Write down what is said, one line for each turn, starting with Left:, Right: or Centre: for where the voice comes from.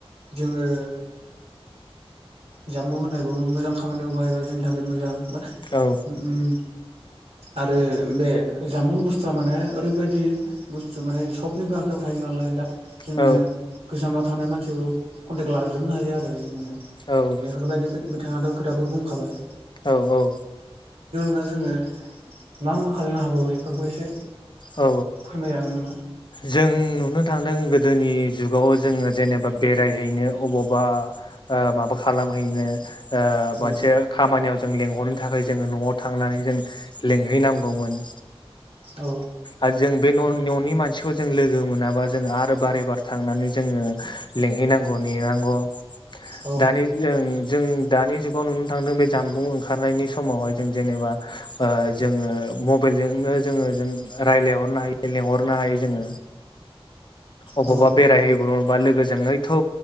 Right: जोङो जानबुं होनायखौ मोजां खामानियाव बाहायबा जोंनि थाखाय मोजां बा
Left: औ।
Right: उम आरो बे जामुं बुस्थुआ माने ओरैबायदि बुस्थु माने सबनिबो आखायाव थायो नालाय दा जोङो
Left: औ
Right: गोजानाव थानाय मानसिखौ कन्टेक लाजोबनो हायो आरो जोंनो
Left: औ औ
Right: बेफोरबायदि खो बिथाङाथ' खोथाखौ बुंखाबाय।
Left: औ औ।
Right: दा जोङो मा मा खालामनो हाबावो इफोरखौ एसे
Left: औ
Right: फोरमायजागोन नामा?
Left: जों नुनो थांदों गोदोनि जुगाव जोङो जेनेबा बेरायहैनो अबावबा ओ माबा खालामहैनो ओ
Right: औ
Left: मोनसे खामानियाव जों लेंहरनो थाखाय जोङो न'आव थांनानै जों लेंहैनांगौमोन
Right: औ
Left: आर जों बे न' न'नि मान सिखौ जों लोगो मोनाबा जों आरो बारे बार थांनानै जोङो लेंहैनांगौ नेनांगौ
Right: औ
Left: दानि जों जों दानि जुगाव नुनो थांदों बे जानबुं ओंखारनायनि समावहाय जों जेनेबा ओ जोङो मबेइल जोंनो जोङो जों रायलायहरनो हायो लेंहरनो हायो जोङो। अबावबा
Right: औ
Left: बेरायहैब्रबा लोगो जोंङै थौ